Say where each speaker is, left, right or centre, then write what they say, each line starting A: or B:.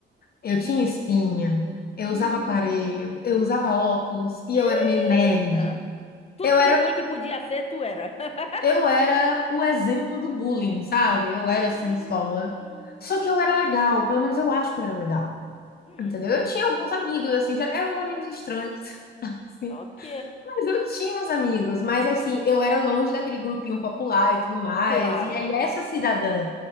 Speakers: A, on the left; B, on the left.
A: eu
B: E.
A: tinha espinha, eu
B: Hum.
A: usava aparelho, eu usava óculos e
B: Eita!
A: eu era meio nerd.
B: Tudo
A: Eu era,
B: de ruim que podia ser, tu era. <laughs>
A: eu era o exemplo do bullying, sabe? Eu era assim
B: Meu
A: na escola.
B: Deus.
A: Só que eu era legal, pelo menos eu acho que eu era legal.
B: Hum,
A: Entendeu? Eu tinha alguns
B: ok.
A: amigos, assim, já eram uns amigos estranhos. Sim.
B: Ok.
A: Mas eu tinha uns amigos, mas assim, eu era longe daquele grupinho popular e tudo mais.
B: Claro.
A: E aí, essa cidadã